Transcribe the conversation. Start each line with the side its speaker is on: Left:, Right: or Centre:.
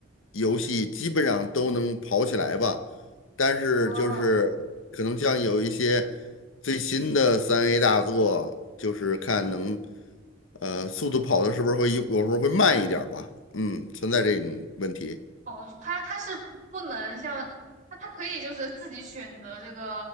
Left: 游戏基本上都能跑起来吧，但是就是可能像有一些最新的三
Right: 哦
Left: A 大作，就是看能呃速度跑的是不是会有有时候会慢一点儿吧，嗯，存在这种问题，
Right: 哦，它它是不能像它它可以就是自己选择这个